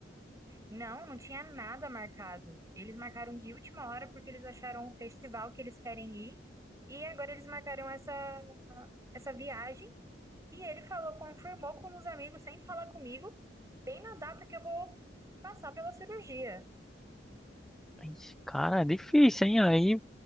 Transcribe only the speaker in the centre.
Ixi, cara, é difícil, hein? Aí,